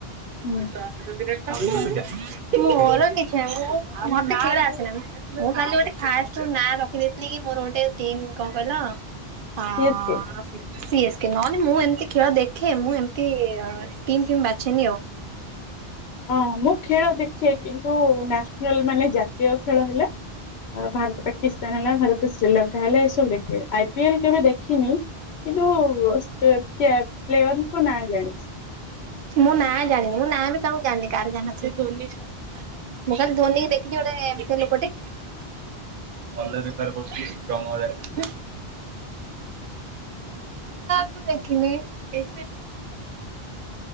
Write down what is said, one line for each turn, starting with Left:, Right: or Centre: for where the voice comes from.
Left: ହୁଁ
Right: ହଁ ଆଉ <inaudible> ମୋର କିଛି ନାହିଁ ମୁଁ ମତେ ଖେଳ ଆସେନା। ମୁଁ ଖାଲି ଗୋଟେ ଫାଷ୍ଟ୍ ନାଁ ରଖିଦେଇଥିଲି କି ମୋର ଗୋଟେ ଟିମ୍ କଣ କହିଲ ହଁ
Left: ସିଏସକେ
Right: ସି ଏସ୍ ସି ଏସ୍। ଦେଖେ ନହେଲେ ନାଇଁ ମୁଁ ଏମିତି ଖେଳ ଦେଖେ ମୁଁ ଏମତି ଟିମ୍ ଫିମ୍ ବାଛେନି ଆଉ।
Left: ହଁ ମୁଁ ଖେଳ ଦେଖେ କିନ୍ତୁ ନ୍ୟାସନାଲ୍ ମାନେ ଜାତୀୟ ଖେଳ ହେଲା ଅ ଭାରତ ପା କିସ୍ତାନ ହେଲା ଭାରତ ଶ୍ରୀଲଙ୍କା ହେଲେ ଏ ସବୁ ଦେଖେ ଆଇ ପି ଏଲ କେବେ ଦେଖିନି କିନ୍ତୁ ସ ବୁ ପ୍ଲେୟାର ପ୍ଲେୟାରଙ୍କ ନାଁ ଜାଣିଛି।
Right: ମୁଁ ନାଁ ଜାଣିନି ମୁଁ ନାଁ ବି କାହାକୁ ଜାଣିନି କାହାର ଜାଣିନଥିଲି ଧୋନି ଛଡା। ମୁଁ ଖାଲି ଧୋନି କି ଦେଖିଛି ଗୋଟେ ଏମିତି ଲୋକଟେ କଲେଜ୍ ତାର ବସିକି <inaudible> ମୁଁ ଦେଖିନି <inaudible>